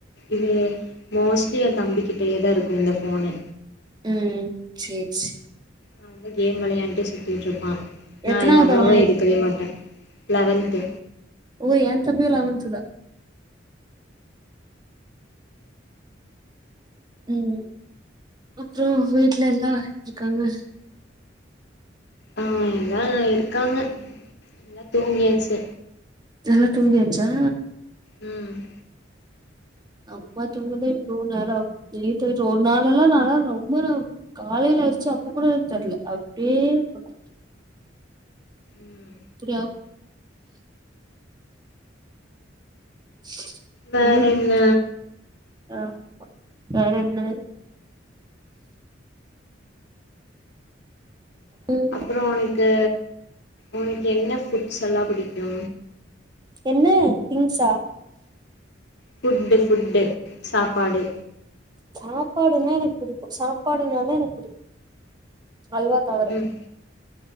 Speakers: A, on the left; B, on the right.
A: இது மோஸ்ட்லி என் தம்பிக்கிட்டேயே தா இருக்கு இந்த ஃபோனு
B: ம் சேரி சேரி
A: அவன் தா கேம் விளையான்டு சுத்திட்டு இருப்பா நா
B: எத்தனாவது
A: இது அவ்ளவா
B: அவன்?
A: எடுக்கவே மாட்டே லவன்து
B: ஓ ஏன் தம்பியு லவன்த்துதா ம் அப்புறோ வீட்ல எல்லா எப்டிருக்காங்க
A: ஆ எல்லா இருக்காங்க எல்லா தூங்கியாச்சு
B: எல்லா தூங்கியாச்சா
A: ம்
B: அம்மா தூங்கதா இவ்ளோ நேரொ ஆகு <unintelligible> ஒரு நாளளா நால்லா ரொம்ப <unintelligible> காலையில ஆயிர்ச்சி அப்ப கூட எனக்கு தெர்ல அப்டியே சொல்ற
A: ம்
B: இப்டி ஆகூ <unintelligible>
A: வேற என்ன
B: ஆ வேற என்ன ம்
A: அப்புறோ ஒனக்கு ஒனக்கு என்ன ஃபுட்ஸ் எல்லாம் புடிக்கூ
B: என்ன திங்ஸா
A: ஃபுட்டு ஃபுட்டு சாப்பாடு
B: சாப்பாடுன்னா எனக்கு பிடிக்கூ சாப்பாடுனாலே எனக்கு பிடிக்கூ அல்வா தவர
A: ம்